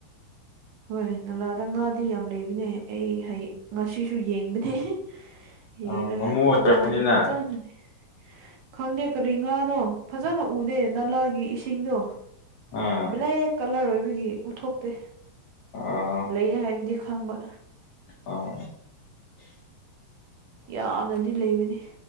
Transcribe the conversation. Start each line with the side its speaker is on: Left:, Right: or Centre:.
Right: ꯍꯣꯏ ꯅꯂꯥꯗ ꯉꯥꯗꯤ ꯌꯥꯝ ꯂꯩꯕꯅꯦ ꯑꯩ ꯍꯌꯦ ꯉꯁꯤꯁꯨ ꯌꯦꯡꯕꯅꯦ ꯍꯦꯔꯒ
Left: ꯑꯥ ꯉꯥꯃꯨ ꯑꯣꯏꯔꯕꯅꯤꯅ
Right: ꯉꯥꯗꯨ ꯐꯖꯟꯅꯅꯦ ꯈꯪꯗꯦ ꯀꯔꯤ ꯉꯥꯅꯣ ꯐꯖꯟꯅ ꯎꯗꯦ ꯅꯂꯥꯒꯤ ꯏꯁꯤꯡꯗꯣ
Left: ꯑꯥ
Right: ꯕ꯭ꯂꯦꯛ ꯀꯂꯔ ꯑꯣꯏꯕꯒꯤ ꯎꯊꯣꯛꯇꯦ
Left: ꯑꯥ
Right: ꯂꯩꯌꯦ ꯍꯥꯏꯕꯗꯤ ꯈꯪꯕ
Left: ꯑꯥ
Right: ꯌꯥꯝꯅꯗꯤ ꯂꯩꯕꯅꯤ